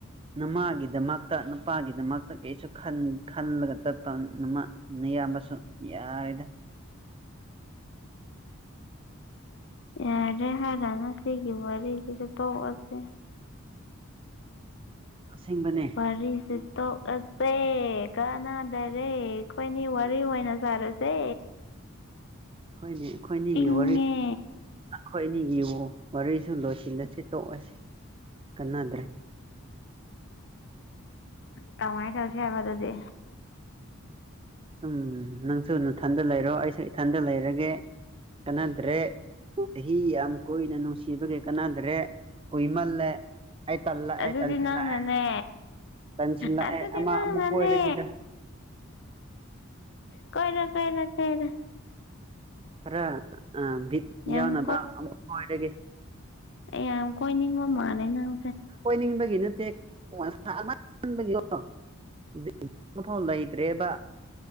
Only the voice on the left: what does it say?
ꯌꯥꯔꯦ ꯍꯥꯏꯔꯅꯨ ꯁꯤꯒꯤ ꯋꯥꯔꯤꯔꯦꯗꯤꯁꯨ ꯇꯒꯁꯦ
ꯋꯥꯔꯤ ꯁꯦ ꯇꯣꯛꯂꯁꯦ ꯀꯅꯥꯗꯔꯦ ꯑꯩꯈꯣꯏꯅꯤ ꯋꯥꯔꯤ ꯑꯣꯏꯅ ꯁꯥꯔꯁꯦ
ꯏꯪꯉꯦ
ꯀꯃꯥꯏ ꯇꯧꯁꯦ ꯍꯥꯏꯕ ꯑꯗꯨꯗꯤ
ꯑꯗꯨꯗꯤ
ꯅꯪꯅꯅꯦ
ꯑꯗꯨꯗꯤ
ꯅꯪꯅꯅꯦ
ꯀꯣꯏꯔꯣ ꯀꯣꯏꯔꯣ ꯀꯣꯏꯔꯣ
ꯌꯥꯝ
ꯑꯦ ꯌꯥꯝ ꯀꯣꯏꯅꯤꯡ ꯃꯃꯥꯅꯦ ꯅꯪ